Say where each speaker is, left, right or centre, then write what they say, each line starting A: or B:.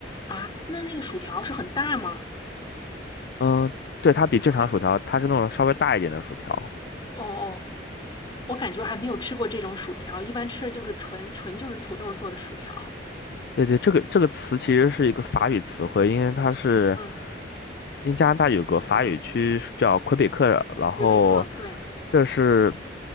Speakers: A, on the left; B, on the left.
A: 啊，那那个薯条是很大吗？
B: 嗯、对，它比正常薯条，
A: 你们还，
B: 它是那种稍微大一点的薯条。
A: 哦哦，我感觉还没有吃过这种薯条，一般吃的就是纯纯就是土豆做的薯条。
B: 对对，这个这个词其实是一个法语词汇，因为它是
A: 嗯，
B: 因为加拿大有个法语区是叫魁北克，然后
A: 魁北克，对，
B: 这是